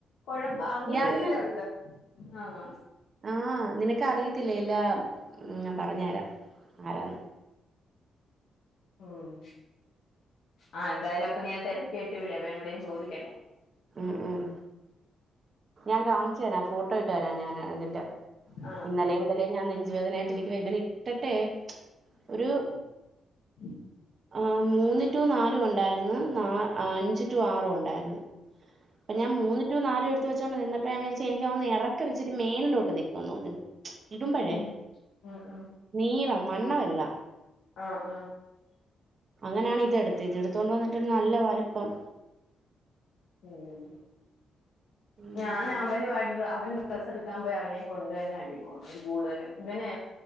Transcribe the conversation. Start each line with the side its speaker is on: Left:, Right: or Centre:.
Left: കൊഴ അങ്ങനെരിതണ്ട്
Right: ഇയാള്
Left: ആഹ്
Right: ആഹ് നിനക്ക് അറിയത്തില്ലേ എല്ലാം ഞാൻ പറഞ്ഞു തരാം ആരാന്ന്
Left: ഉം ആഹ് എന്തായാലും അപ്പൊ ഞാൻ തിരക്കേട്ട് വിളി അപ്പഞ ഇവിടെയും ചോദിക്കട്ടെ
Right: ഉം ഉം ഞാൻ കാണിച്ചു തരാ ഫോട്ടോ ഇട്ട് തരാ ഞാൻ അതിന്റെ
Left: ആ ആ
Right: ഇന്നലെ മുതലേ ഞാൻ നെഞ്ചവേദനായിട്ട് ഇരിക്കുവായിവൻ ഇട്ടട്ടെ ഒരു
Left: <inaudible>
Right: ആഹ് മൂന്ന് ടു നാലും ഉണ്ടായിരുന്നു നാ അഞ്ച് ടു ആറും ഉണ്ടായിരുന്നു അപ്പ ഞാൻ മൂന്ന് ടു നാലും എടുത്ത് വച്ചുകോണ്ട്ന്നപയചാരിച് എനിക്ക്ന്ന് ഇറക്ക വെച്ചി മേനിലോട്ട് നിക്കുമന്ന്ന്നു
Left: <unintelligible>
Right: ഇടുമ്പഴേ
Left: ഉം ഉം
Right: നീളം വണ്ണമല്ല
Left: ആഹ് ആഹ്
Right: അങ്ങനെയാണ് ഇതടുത്തത് എടുത്തോണ്ട് വന്നിട്ട് നല്ല വലിപ്പം
Left: ഉം
Right: ഉം
Left: ഞാൻ അവനുമായിട്ട് അവൻ ഡ്രസ് എടുക്കാൻമ്പോ അവനെയും കൊണ്ട് തന്നെ പോകുന്ന കൂടുതലും ഇവനെ